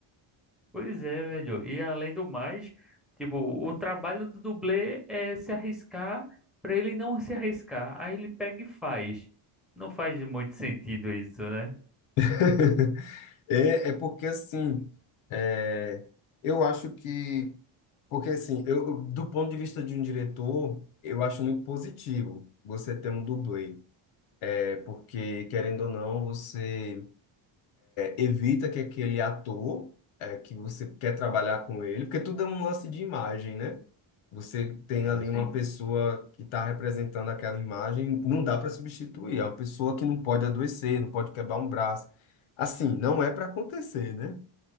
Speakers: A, in the centre; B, on the left (about 75°).
A: Pois é, velho. E além do mais, tipo, o trabalho do dublê é se arriscar pra ele não se arriscar. Aí ele pega e faz. Não faz muito sentido isso, né?
B: <laughs> É, é porque assim, é, eu acho que, porque assim, eu, eu- do ponto de vista de um diretor, eu acho muito positivo você ter um dublê, é porque querendo ou não, você evita que aquele ator é, que você quer trabalhar com ele, porque tudo é um lance de imagem, né? Você tem
A: Sim.
B: ali uma Sim. pessoa que está representando aquela imagem, não dá para substituir. É uma pessoa que não pode adoecer, não pode quebrar um braço. Assim, não é para acontecer, né?